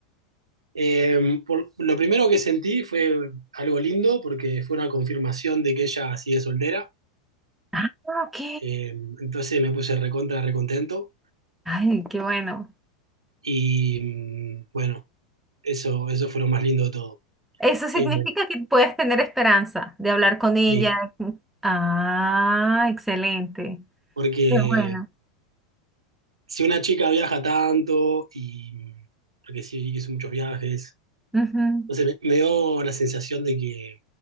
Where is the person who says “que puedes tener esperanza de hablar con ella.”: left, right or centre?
Centre